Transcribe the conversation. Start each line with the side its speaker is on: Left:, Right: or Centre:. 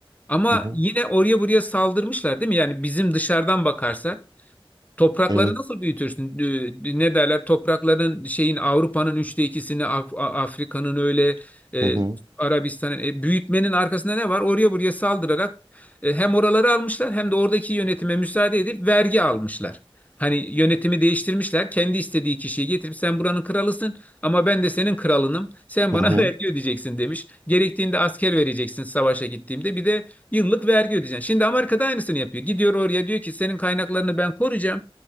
Left: Ama
Right: hı hı.
Left: yine oraya buraya saldırmışlar değil mi? Yani bizim dışarıdan bakarsak Toprakları
Right: Evet.
Left: nasıl büyütürsün? Ee, Ne derler? Toprakların şeyin Avrupa'nın üçte ikisini, Af- A- Afrika'nın öyle e,
Right: Hı hı
Left: Arabistan'ın e, büyütmenin arkasında ne var? Oraya buraya saldırarak e, hem oraları almışlar hem de oradaki yönetime müsaade edip vergi almışlar. Hani yönetimi değiştirmişler. Kendi istediği kişiyi getirip sen buranın kralısın ama ben de senin kralınım. Sen
Right: hı
Left: bana
Right: hı.
Left: <laughs> vergi ödeyeceksin demiş. Gerektiğinde asker vereceksin savaşa gittiğimde. Bir de yıllık vergi ödeyeceksin. Şimdi Amerika da aynısını yapıyor. Gidiyor oraya diyor ki senin kaynaklarını ben koruyacağım.